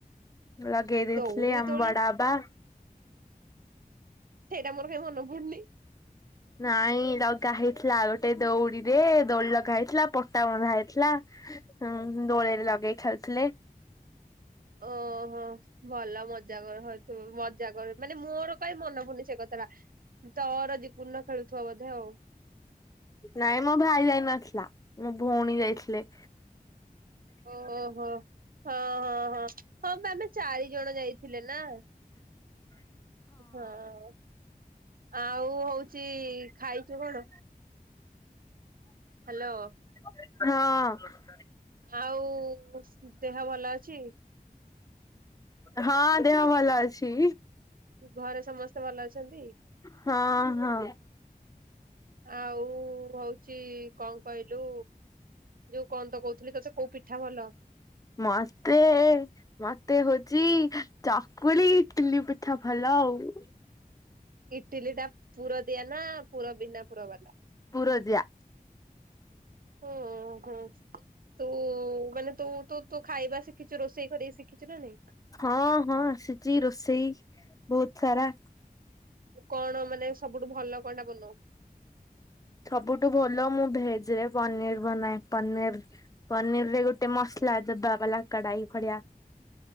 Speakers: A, on the left; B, on the right.
A: ଲଗେଇ ଦେଇଥିଲି
B: ଦଉଡିରେ
A: ଆମ
B: ଦୋଳି
A: ବଡା ଆପା
B: ସେଇଟା ମୋର କାଇଁ ମନେ ପଡୁନି।
A: ନାଇଁ ଲଗା ହେଇଥିଲା ଗୋଟେ ଦଉଡିରେ ଦୋଳି ଲଗା ହେଇଥିଲା ପଟା ବନ୍ଧା ହେଇଥିଲା ଉଁ ଦୋଳିରେ ଲଗେଇ ଖେଳୁଥିଲେ।
B: ଓହୋ ଭଲ ମଜା କର ହଉଥିବ ମଜା କର ମାନେ ମୋର କାଇଁ ମନ ପଡୁନି ସେ କଥାଟା ତୋର ଦିପୁନ ର ଖେଳୁଥିବ ବୋଧେ ଆଉ।
A: ନାଇଁ ମୋ ଭାଇ ଯାଇ ନଥିଲା ମୋ ଭଉଣୀ ଯାଇଥିଲେ।
B: ଓହୋ ହଁ ହଁ ହଁ ହଁ ପା ଆମେ ଚାରି ଜଣ ଯାଇଥିଲେ ନା ହଁ। ଆଉ ହଉଚି ଖାଇଚୁ କଣ? ହ୍ୟାଲୋ।
A: ହଁ।
B: ଆଉ ଦେହ ଭଲ ଅଛି?
A: ହଁ ଦେହ ଭଲ ଅଛି।
B: ଘରେ ସମସ୍ତେ ଭଲ ଅଛନ୍ତି?
A: ହଁ ହଁ।
B: ଆଉ ହଉଛି କଣ କହିଲୁ ଯୋଉ କନ୍ଦ କହୁଥିଲି ତଛ କୋଉ ପିଠା ଭଲ?
A: ମତେ ମତେ ହଉଚ ଚକୁଳି ଇଟିଲି ପିଠା ଭଲ ଆଉ।
B: ଇଟିଲି ଟା ପୁର ଦିଆ ନା ପୁର ବିନା ପୁର ବାଲା?
A: ପୁରଦିଆ।
B: ହୁଁ ହୁଁ ତୁ ମାନେ ତୁ ତୁ ତୁ ଖାଇବା ଶିଖିଛୁ ରୋଷେଇ କରିକି ଶିଖିଛୁ ନା ନାଇଁ।
A: ହଁ ହଁ ଆସିଛି ରୋଷେଇ ବହୁତ ସାରା।
B: କଣ ମାନେ ସବୁଠୁ ଭଲ କଣଟା ବନଉ।
A: ସବୁଠୁ ଭଲ ମୁଁ ଭେଜରେ ପନିର ବନାଏ ପନିର ପନିର ରେ ଗୋଟେ ମସଲା ଦବା ବାଲା କଡାଇ ଭଳିଆ।